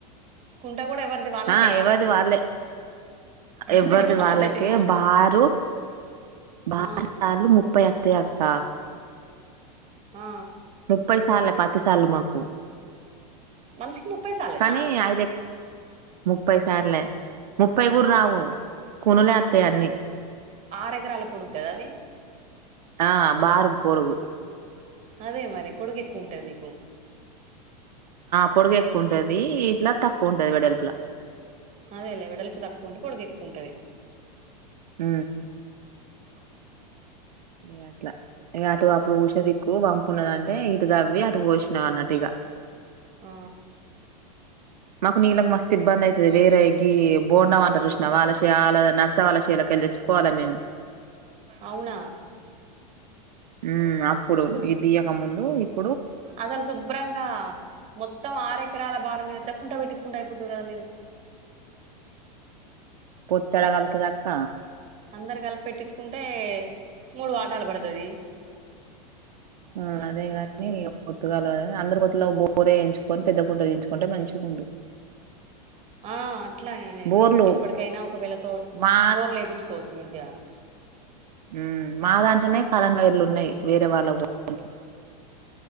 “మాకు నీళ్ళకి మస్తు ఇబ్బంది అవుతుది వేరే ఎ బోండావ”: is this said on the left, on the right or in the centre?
Right